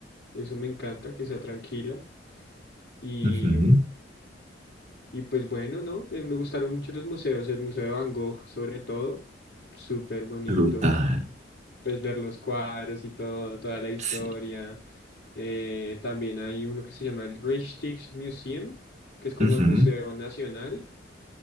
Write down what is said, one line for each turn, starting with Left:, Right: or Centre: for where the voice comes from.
Left: eso me encanta, que sea tranquila. Y,
Right: ujú,
Left: y pues bueno, ¿no? Me, me gustaron mucho los museos, el Museo de Van Gogh sobre todo, súper bonito,
Right: Brutal.
Left: pues ver los cuadros y todo, toda la historia.
Right: Sí.
Left: Eh, también hay uno que se llama el Rijksmuseum, que es como
Right: ujú,
Left: el Museo Nacional.